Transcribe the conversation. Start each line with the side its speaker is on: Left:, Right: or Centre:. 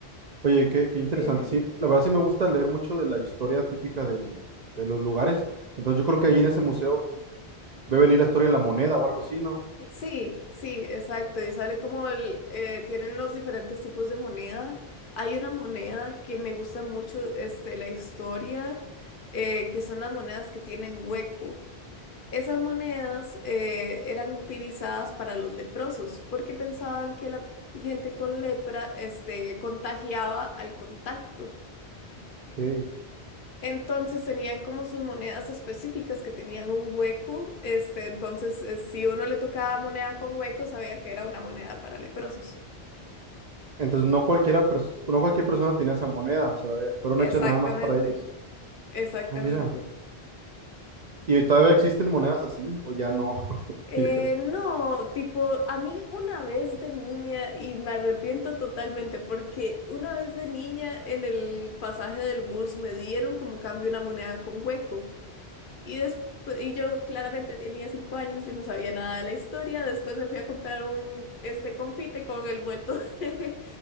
Right: Oye, qué, qué interesante.
Left: Eh,
Right: Sí, la verdad sí me gusta leer mucho de la historia típica del- de los lugares. Entonces yo creo que ahí en ese museo ve venir la historia de la moneda o algo así, ¿no?
Left: Sí, sí, exacto. Y sale como el, eh, tienen los diferentes tipos de moneda. Hay una moneda que me gusta mucho, este, la historia, eh, que son las monedas que tienen hueco. Esas monedas eh, eran utilizadas para los leprosos porque pensaban que la gente con lepra, este, contagiaba al contacto.
Right: Ok.
Left: Entonces tenían como sus monedas específicas que tenían un hueco. Este, entonces, eh, si uno le tocaba moneda con hueco, sabía que era una moneda para leprosos.
Right: Entonces no cualquiera, pers- no cualquier persona tenía esa moneda, o sea, eh, fueron
Left: Exactamente,
Right: hechas nada más para ellos.
Left: exactamente.
Right: Ah, mira. ¿Y todavía existen monedas así? ¿O ya no? <laughs>
Left: Eh,
Right: Ya-
Left: no, tipo, a mí una vez de niña, y me arrepiento totalmente, porque una vez de niña en el pasaje del bus me dieron como cambio una moneda con hueco. Y después, y yo claramente tenía cinco años, yo no sabía nada de la historia. Después me fui a comprar un este confite con el vuelto <laughs> de,